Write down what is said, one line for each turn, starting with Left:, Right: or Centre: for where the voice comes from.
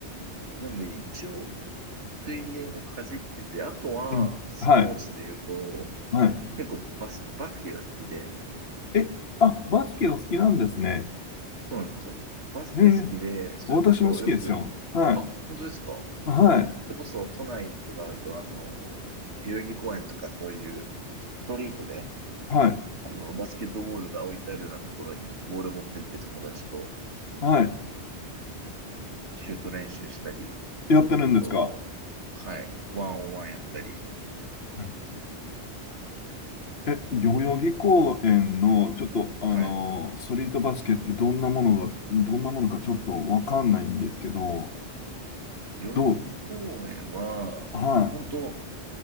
Right: なんで、一応、水泳もかじってて、あとは、
Left: うん、
Right: スポーツで言うと、
Left: はい、はい。
Right: 結構バス、バスケが好きで、
Left: え、あ、バスケお好きなんですね。
Right: そうなんですよ。バスケ好きで、
Left: ええ、
Right: それこそよく、
Left: 私も好きですよ。はい。
Right: あ、本当ですか。
Left: はい。
Right: それこそ、都内とかだと、あの、代々木公園とか、そういう、ストリートで、
Left: はい。
Right: あの、バスケットボールが置いてあるようなところに、ボール持ってって友達と
Left: はい。
Right: シュート練習したり、
Left: やってるんですか
Right: あと、はい、ワンオンワンやったり、
Left: うんえ、代々木公園の、ちょっと、あのーストリートバスケってどんなものが、
Right: はい、
Left: どんなものかちょっとわかんないんですけど、
Right: 代々木公園は、
Left: どう、はい。
Right: 本当、